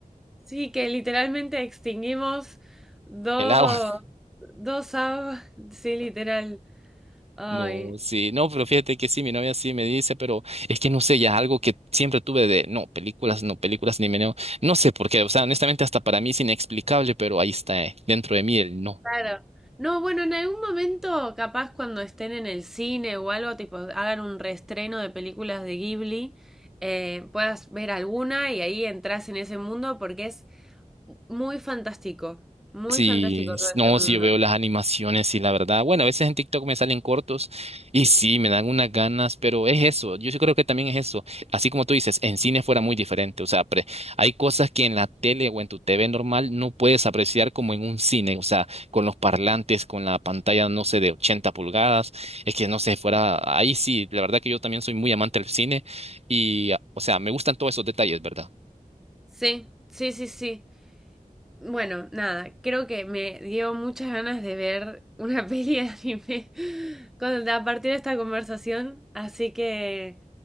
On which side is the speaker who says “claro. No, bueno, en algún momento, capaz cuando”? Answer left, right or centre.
Centre